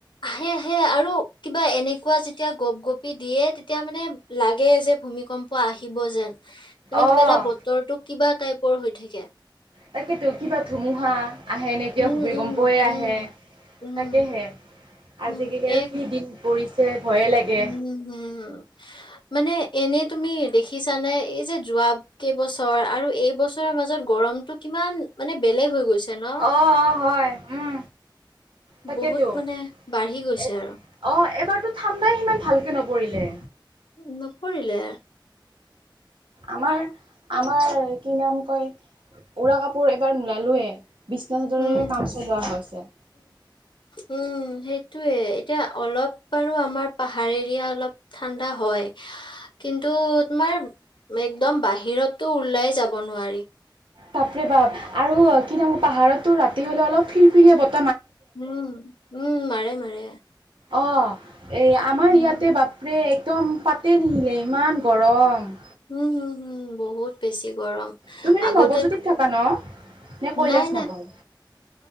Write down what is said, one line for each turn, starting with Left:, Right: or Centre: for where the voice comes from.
Left: আহে, আহে আৰু কিবা এনেকুৱা যেতিয়া গপ গপি দিয়ে, তেতিয়া মানে লাগে যে ভূমিকম্প আহিব যেন মানে
Right: অ',
Left: কিবা এটা বতৰটো কিবা টাইপ পৰ হৈ থাকে।
Right: তাকেটো কিবা ধুমুহা আহে নেকি
Left: উম
Right: আ, ভূমিকম্পই
Left: উম উম
Right: আহে
Left: উম
Right: তাকেহে। আজিকালি
Left: উম
Right: আৰু
Left: এক
Right: কি দিন পৰি ছে ভয়ে লাগে।
Left: উম হম মানে এনে তুমি দেখিছা নে? এই যে যোৱা কেইবছৰ আৰু এইবছৰৰ মাজত গৰমতটো কিমান মানে বেলেগ হৈ গৈছে ন?
Right: অ', অ', হয়, উম। তাকেতো
Left: বহুত
Right: এ
Left: মানে বাঢ়ি গৈছে আৰু
Right: অ', এবাৰতো ঠাণ্ডাই সিমান ভালকে নপৰিলে।
Left: নপৰিলে।
Right: আমাৰ, আমাৰ কি নাম কয় উৰা কাপোৰ এবাৰ নোলালোয়ে। বিশ্বনা চাদৰেৰে
Left: উম,
Right: কাম চলোৱা হৈছে।
Left: উম, সেইটোয়ে এতিয়া অলপ বাৰু আমাৰ পাহাৰ এৰিয়া অলপ ঠাণ্ডা হয়, কিন্তু তোমাৰ একদম বাহিৰটো ওলাই যাব নোৱাৰি।
Right: বাপ ৰে বাপ আৰু কিনেকো পাহাৰতো ৰাতি হ'লে অলপ ফিৰ ফিৰিয়ে বত
Left: উম, উম, মাৰে মাৰে
Right: অ। এই আমাৰ
Left: উম,
Right: ইয়াতে বাপৰে এক একদম পাতে নিহিলে ইমান গৰম।
Left: উম, হুম, হুম বহুত বেছি গৰম।
Right: তুমিতো
Left: আগতে
Right: নৱজ্যোতিত থাকা ন? নে কৈলাশ
Left: নাই
Right: নগৰ?